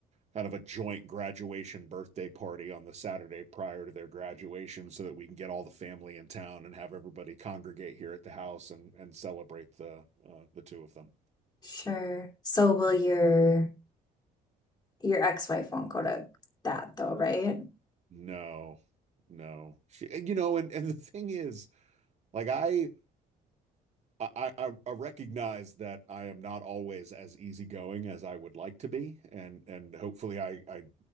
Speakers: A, on the right (about 40°); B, on the left (about 25°).
A: kind of a joint graduation birthday party on the Saturday prior to their graduation so that we can get all the family in town and have everybody congregate here at the house and and celebrate the uh, the two of them.
B: Sure. So will your your ex-wife won't go to that though, right?
A: No, no, she, you know, and and the thing is, like I. I, I I recognize that I am not always as easygoing as I would like to be, and and hopefully I I